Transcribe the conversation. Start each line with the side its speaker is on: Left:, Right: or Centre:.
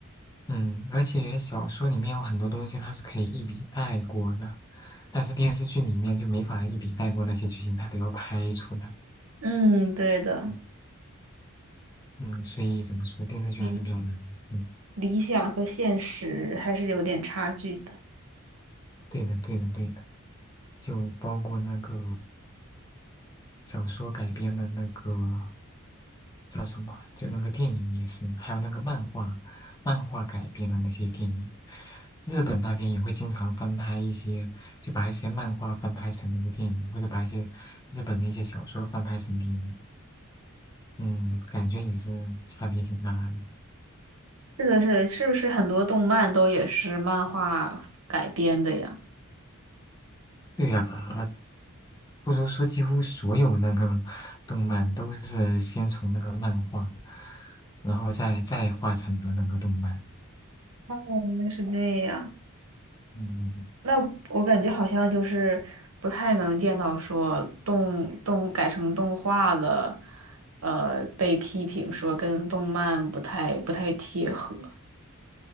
Left: 嗯，而且小说里面有很多东西它是可以一笔带过的，但是电视剧里面就没法一笔带过那些剧情，它都要拍出来。
Right: 嗯，对的，
Left: 嗯嗯，所以怎么说，电视剧还是比较难的。
Right: 理
Left: 嗯，
Right: 理想和现实还是有点差距的。
Left: 对的对的对的。就包括那个小说改编的那个叫什么，就那个电影也是，还有那个漫画，漫画改编的那些电影，日本那边也会经常翻拍一些，就把一些漫画翻拍成那部电影，或者把一些日本的一些小说翻拍成电影，嗯，感觉也是差别挺大的。
Right: 是的，是的，是不是很多动漫都也是漫画改编的呀？
Left: 对呀，不如说几乎所有那个动漫都是先从那个漫画，然后再再画成了那个动漫。
Right: 哦，原来是这样。
Left: 嗯，
Right: 那我感觉好像就是不太能见到说动动改成动画的，呃，被批评说跟动漫不太不太贴合。